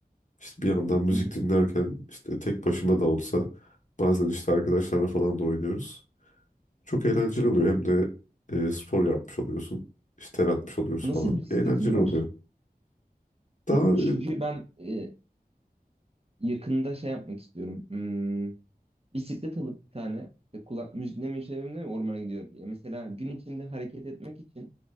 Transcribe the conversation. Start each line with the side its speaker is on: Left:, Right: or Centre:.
Left: İşte bir yandan müzik
Right: hı hı,
Left: dinlerken işte tek başıma da olsa bazen işte arkadaşlarla falan da oynuyoruz. Çok eğlenceli oluyor. Hem de e, spor yapmış oluyorsun. İşte ter atmış oluyoruz
Right: Nasıl
Left: falan.
Right: bir bisikletin
Left: Eğlenceli
Right: var?
Left: oluyor. Daha
Right: Çünkü ben e, yakında şey yapmak istiyorum. Hmm, bisiklet alıp bir tane işte kulak müzikle çevremde ormana gidiyorum. Ya mesela gün içinde hareket etmek için